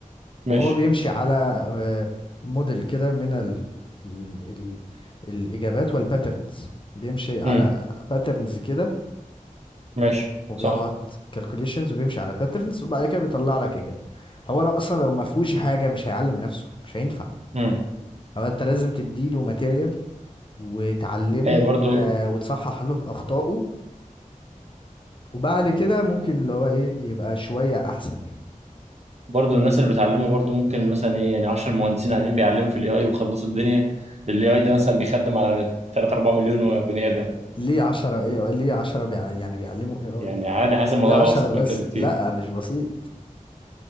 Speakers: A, on the right; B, on the left.
A: ماشي
B: وهو بيمشي على آه، موديل كده من ال ال ال الإجابات والباترنز بيمشي على
A: امم
B: باترنز كده
A: ماشي
B: وبيقعد
A: صح
B: كالكوليشنز وبيمشي على باترنز وبعد كده بيطلع لك إجابة هو لو أصلا لو ما فيهوش حاجة مش هيعلم نفسه مش هينفع
A: امم
B: هو أنت لازم تديله ماتيريال وتعلمه
A: ايوه برضو
B: و... وتصحح له أخطائه وبعد كده ممكن اللي هو إيه يبقى شوية أحسن يعني
A: برضو الناس اللي بتعلمه برضو ممكن مثلا ايه يعني 10 مهندسين قاعدين بيعلموا في الاي اي وخلصوا الدنيا الاي اي ده مثلا بيخدم على 3 4 مليون بني ادم
B: ليه عشرة إيه ليه عشرة بيع... يعني بيعلموا إيه
A: يعني
B: آي
A: عادي حاسس الموضوع
B: ليه عشرة
A: يبقى ابسط
B: بس
A: من كده بكتير
B: لأ مش بسيط